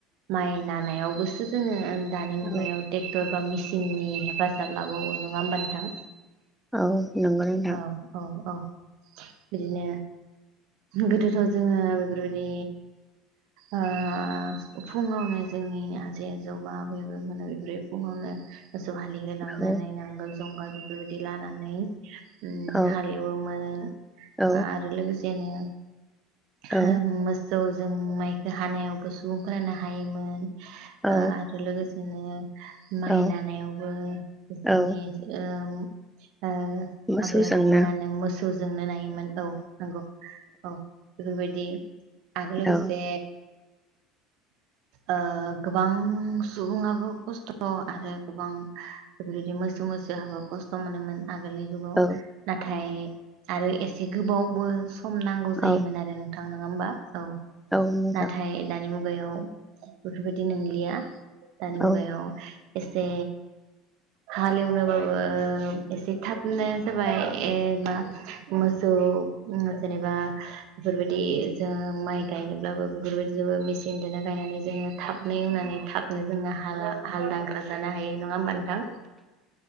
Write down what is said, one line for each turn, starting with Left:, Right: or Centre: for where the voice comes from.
Right: माइ नानायावबोसो जोङो दानि
Centre: औ
Right: मुगायाव टेक्टर बा मिसिन सिननि हेफाजाब लाबावो नङा होमबा नोंथां
Centre: औ नंगौ नोंथां
Right: औ औ औ बिदिनो गोदोथ' जोङो बेफोरबायदि ओ फुङावनो जोंनि आजै आजौ बा आबै आबौमोना <unintelligible> फुङावनो मोसौ हालि होलांनानै
Centre: औ
Right: नांगोल जंगाल बेफोरबायदि लानानै उम
Centre: औ
Right: हालेवोमोन
Centre: औ
Right: आरो लोगोसे बेनो हा
Centre: औ
Right: मोसौ जों माइखो हानायावबो सुबुंफोरानो हायोमोन
Centre: औ
Right: ओ आरो लोगो जोङो माइ
Centre: औ
Right: नानायावबो जोंनि
Centre: औ
Right: ओ ओ
Centre: मोसौजोंनो
Right: आबै-आबौ मोनानो मो सौजोंनो नायो मोन औ नोंगौ औ बेफोरबायदि आरो लोगोसे
Centre: औ
Right: ओ गोबां सुबुंआबो खस्थ' आरो गोबां बेफोरदि <unintelligible> खस थ' मोनोमोन आगोलै
Centre: औ
Right: नाथाय आरो ए से गोबावबो सम नांगौ जायोमोन
Centre: औ
Right: आरो नोंथां नोङा ओमबा? औ
Centre: औ नोंथां
Right: नाथाय दानि मु मुगायाव बेफोरबायदि नोंलिया दानि
Centre: औ
Right: मुगायाव
Centre: औ
Right: एसे हालेउनो बाबो औ एसे थाबनो जाबाय एबा मा-मोसौ उम जेनेबा बेफोरबाय दि जोङो माइ गायनोब्लाबो बेफोरबायदिजोबो मेसिनजोंनो गायनानै जोङो थाबनो एउनानै थाबनो जोङो हाला हाल दांख्रा जानो हायो। नङा ओमबा नोंथां